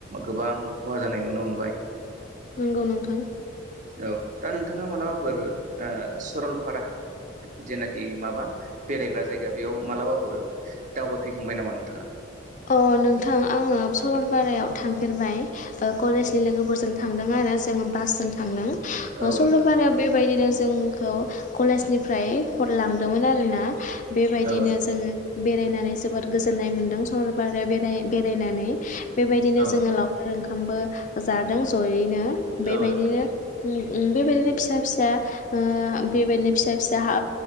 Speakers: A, on the right; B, on the left.
A: गोबां खहा जानाय नुनो मोनबाय।
B: नंगौ नोंथां।
A: औ दा नों थाङा मालाबाफोर ओ। सरलपारा जेनाखि माबा बेरायग्रा जायगा बेयाव मालाबाफोर दावबायफैखांबाय नामा नोंथाङा?
B: अ नोंथां आङो सरलपारायाव थांफेरबाय कलेजनि लोगोफोरजों थांदों आरो जों बासजों थांदों।
A: औ
B: सलफारा
A: नोंथां
B: बे बायदिनोस जोंखौ कलेजनिफ्राय हरलांदोंमोन आरोना। बेबायदिनो
A: औ नोंथां
B: जोङो। बेरायनानै जोबोद गोजोन्नाय मोन्दों सर आरो बेराय बेरायनानै बेबायदिनो
A: औ
B: जोङो
A: नोंथां
B: लावखार ओंखामबो जादों। जयैनो बेबायदिनो
A: औ नोंथां
B: यै बेबायदिनो फिसा फिसा ओ बेबाय फिसा। फिसाहा